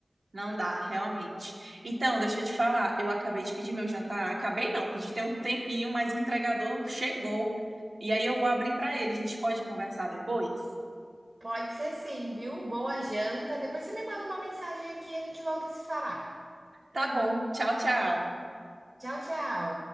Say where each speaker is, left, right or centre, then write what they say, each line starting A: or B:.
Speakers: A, on the right (about 80°); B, on the right (about 45°).
A: não dá, realmente. Então, deixa eu te falar, eu acabei de pedir meu jantar. Acabei não, pedi tem um tempinho, mas o entregador chegou. E aí eu vou abrir para ele. A gente pode conversar depois?
B: Pode ser sim, viu? Boa janta. Depois você me manda uma mensagem aqui e a gente volta a se falar.
A: Tá bom. Tchau, tchau.
B: Tchau, tchau.